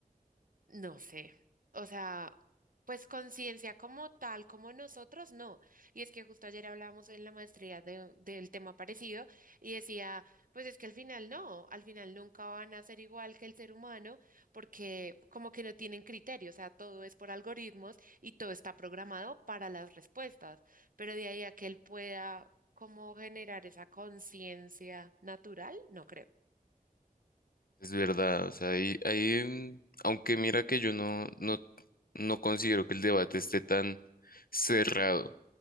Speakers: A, on the right (about 65°); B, on the left (about 75°).
A: no sé. O sea, pues conciencia como tal, como nosotros, no. Y es que justo ayer hablábamos en la maestría de, del tema parecido y decía, pues es que al final no, al final nunca van a ser igual que el ser humano porque como que no tienen criterio, o sea, todo es por algoritmos y todo está programado para las respuestas, pero de ahí a que él pueda como generar esa conciencia natural, no creo.
B: Es verdad, o sea, ahí, ahí, mm, aunque mira que yo no, no, no considero que el debate esté tan cerrado.